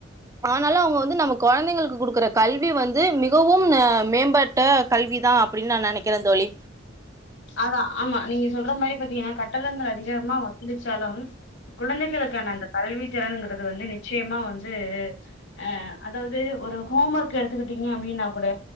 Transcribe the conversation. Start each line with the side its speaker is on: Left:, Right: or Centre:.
Right: ஆனாலு அவுங்க வந்து நம்ம கொழந்தைங்களு குடுக்ற கல்வி வந்து மிகவும் மேம்பட்ட கல்வி தா அப்டின்னு நான் நெனைக்ற தோழி
Left: அதா ஆமா நீங்க சொல்ற மாதிரி பாதிங்கன கட் டணங்கள் அதிகமா இந்த சாலம் குழந்தைகளுக்கான அந்த கல்வி திறனுக்றது வந்து நிச்சயமா வந்து ஆஹ் அதாவுது ஒரு ஹோம் ஒர்க் எடுத்துக்கிட்டீங்க அப்டின்னா கூட